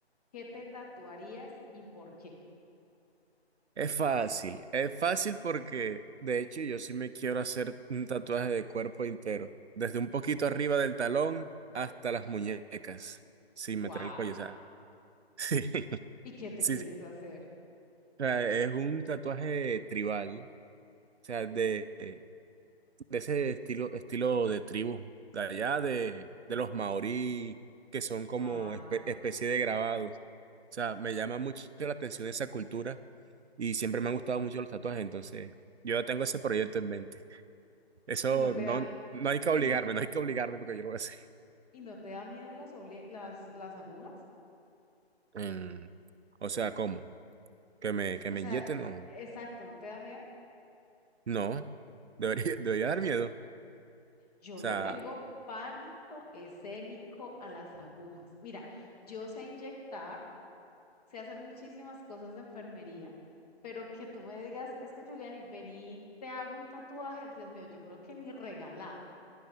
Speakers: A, on the left; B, on the right.
A: ¿qué te tatuarías y por qué?
B: Es fácil, es fácil porque de hecho yo sí me quiero hacer un tatuaje de cuerpo entero, desde un poquito arriba del talón hasta las muñecas, sin
A: ¡Guau!
B: meter el cuello, o sea, <laughs> sí,
A: ¿Y qué te
B: sí,
A: quieres
B: sí.
A: hacer?
B: O sea, es un tatuaje tribal, o sea, de, eh, de ese estilo, estilo de tribu, de allá de, de los maorí, que son como
A: ¡Guau!
B: espe- especie de grabados. O sea, me llama mucho la atención esa cultura y siempre me han gustado mucho los tatuajes, entonces yo ya tengo ese proyecto en mente. Eso
A: ¿Y no te
B: no,
A: da miedo?
B: no hay que obligarme,
A: ¿Y no,
B: no hay que obligarme porque yo lo voy a hacer.
A: y no te da miedo las, oble- las, las agujas?
B: Em, o sea, ¿cómo? ¿Que me, que
A: O
B: me
A: sea,
B: inyecten?
A: eh,
B: No,
A: exacto, ¿no te da miedo?
B: no, debería, <laughs> debería dar miedo. O
A: Yo
B: sea,
A: le tengo pánico escénico a las agujas. Mira, yo sé inyectar. sé hacer muchísimas cosas de enfermería, pero que tú me digas, es que Juliani, vení, te hago un tatuaje, Dios mío, yo creo que ni regalado.